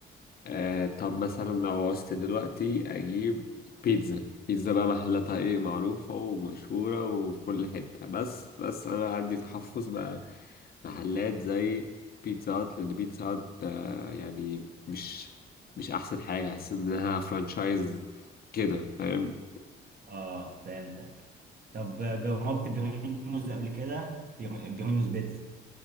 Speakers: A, on the left (about 50°); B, on the right (about 50°).
A: آه طب مثلا لو عوزت دلوقتي اجيب بيتزا بيتزا بقى محلاتها ايه معروفه ومشهوره وفي كل حته بس بس انا عندي تحفظ مع محلات زي بيتزا هات لان بيتزا هات آه يعني مش مش احسن حاجه احس انها فرانشايز كده فاهم
B: اه فهمتك طب آه، جربت بريموز قبل كده بر- بريموز بيتزا